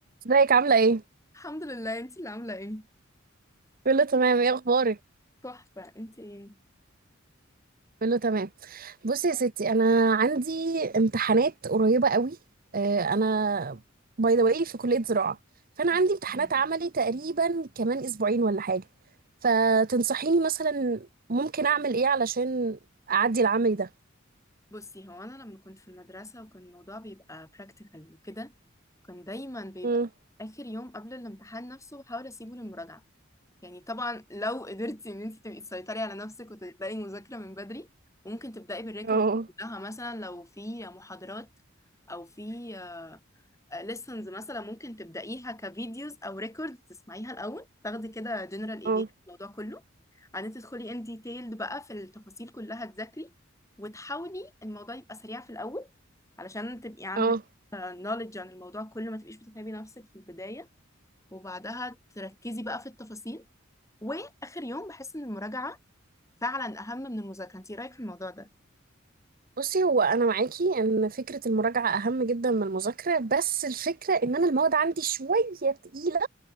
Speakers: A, on the right (about 45°); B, on the left (about 15°).
A: ازيك عاملة ايه؟
B: الحمد لله انتي اللي عاملة ايه؟
A: بقول له تمام ايه اخبارك؟
B: تحفة انتي ايه؟
A: بقول له تمام بصي يا ستي انا عندي امتحانات قريبة قوي آه، انا باي ذا واي في كلية زراعة فانا
B: أوكي.
A: عندي امتحانات عملي تقريبا كمان اسبوعين ولا حاجة فتنصحيني مثلا ممكن اعمل ايه علشان اعدي العملي ده؟
B: بصي هو انا لما كنت في المدرسة وكان الموضوع بيبقى practical وكده كان دايما بيبقى
A: مم.
B: اخر يوم قبل الامتحان نفسه بحاول اسيبه للمراجعة يعني طبعا لو قدرتي ان انتي تبقي تسيطري على نفسك وتبدأي مذاكرة من بدري وممكن تبدأي بالريكورد
A: اه
B: كلها مثلا لو في محاضرات او في آه، ليسنز مثلا ممكن تبدأيها كفيديوز أو ريكورد تسمعيها الأول تاخدي كده جنرال إيديا
A: اه
B: في الموضوع كله بعدين تدخلي ان ديتيلد بقى في التفاصيل كلها تذاكري وتحاولي الموضوع يبقى سريع في الأول علشان تبقي عندك
A: اه
B: نوليدج عن الموضوع كله ما تبقيش بتتعبي نفسك في البداية وبعدها تركزي بقى في التفاصيل وآخر يوم بحس إن المراجعة فعلا أهم من المذاكرة انتي إيه رأيك في الموضوع ده؟
A: بصي هو انا معاكي ان فكرة المراجعة اهم جدا من المذاكرة بس الفكرة ان انا المواد عندي شوية تقيلة